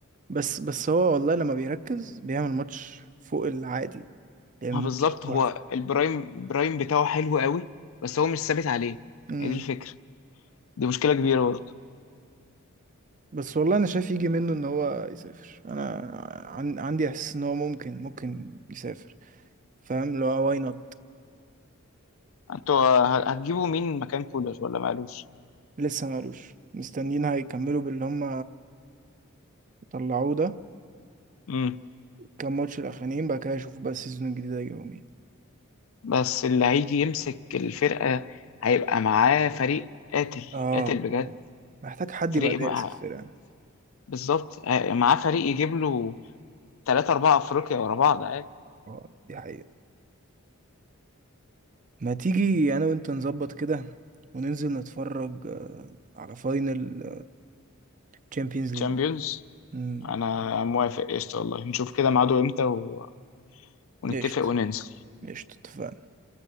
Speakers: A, on the right (about 35°); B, on the left (about 65°).
A: بس بس هو والله لما بيركز بيعمل ماتش فوق العادي بيعمل
B: ما
A: ماتش
B: بالظبط
A: تحفة
B: هو البرايم برايم بتاعه حلو قوي بس هو مش ثابت عليه
A: امم
B: هي دي الفكرة دي مشكلة كبيرة برضه
A: بس والله انا شايف يجي منه ان هو يسافر انا عن... عندي احساس ان هو ممكن ممكن يسافر فاهم لو واي نوت
B: انتوا ه- هتجيبوا مين مكان كولر ولا مالوش
A: لسه مالوش مستنيين هيكملوا باللي هم طلعوه ده
B: امم
A: كام ماتش الاخرانيين بقى كده اشوف بقى السيزون الجديد هيجيبوا مين
B: بس اللي هيجي يمسك الفرقة هيبقى معاه فريق قاتل
A: اه
B: قاتل بجد
A: اه محتاج حد
B: فريق
A: يبقى دارس
B: مع-
A: الفرقة
B: بالظبط ه- معاه فريق يجيب له ثلاثة أربعة أفريقيا ورا بعض عادي
A: اه دي حقيقة ما تيجي انا وانت نظبط كده وننزل نتفرج آه، على فاينل تشامبيونز ليج
B: تشامبيونز
A: امم
B: انا موافق قشطة والله نشوف كده ميعاده امتى و... ونتفق
A: قشطة
B: وننزل
A: قشطة اتفقنا